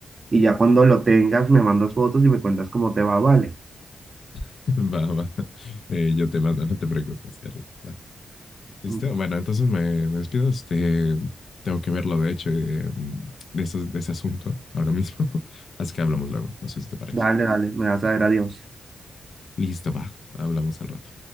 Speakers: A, on the right (about 45°); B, on the left (about 65°).
A: Y ya cuando lo tengas, me mandas fotos y me cuentas cómo te va, vale.
B: <laughs> va, va. Eh, yo te mando, no te preocupes, Carla. Va. ¿Listo?
A: Mm,
B: Bueno, entonces me, me despido. Este, tengo que verlo, de hecho, eh, de, esos- de ese asunto ahora mismo. <laughs> Así que hablamos luego. No sé si te parece.
A: Dale, dale, me vas a ver, adiós.
B: Listo, va. Hablamos al rato.